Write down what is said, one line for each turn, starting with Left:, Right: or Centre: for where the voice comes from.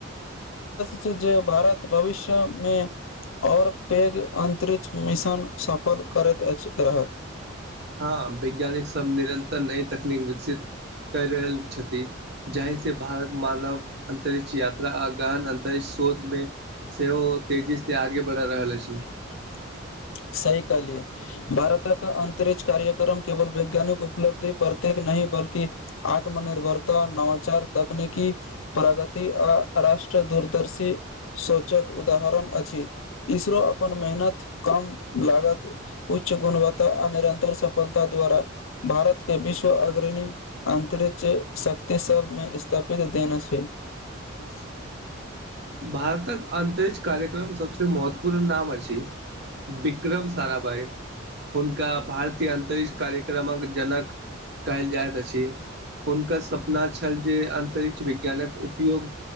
Left: से जे भारत भविष्य में। और पैघ अन्तरिक्ष मिशन सफल करैत अछि रहत।
Right: हां वैज्ञानिक सब निरन्तर नई तकनीक विकसित। कय रहल छथि, जहि से भारत मानव अन्तरिक्ष यात्रा आ गहन अन्तरिक्ष। शोध में सेहो तेजी से आगे बढ़ा रहल अछि।
Left: <inaudible> सही कहलिए, भारतक अंतरिक्ष कार्यक्रम केवल वैज्ञानिक उपलब्धि प्रत्येक। नहि बल्कि आत्मनिर्भरता, नवाचार, तकनीकी प्रगति आ राष्ट्र। दूरदर्शी सोचक उदाहरण अछि, इसरो अपन मेहनत कम। लागत उच्च गुणवत्ता आ निरन्तर सफलता द्वारा भारत के विश्व अग्र। णी अंतरिक्ष शक्ति सबमें स्थापित देना छै। <inaudible>
Right: भारतक अन्तरिक्ष कार्यक्रम सबसे महत्वपूर्ण नाम अछि। विक्रम साराभाई। हुनका भारतीय अन्तरिक्ष कार्यक्रमक जनक। कहल जाइत अछि, हुनकर सपना छल जे आंतरिक। विज्ञानक उपयोग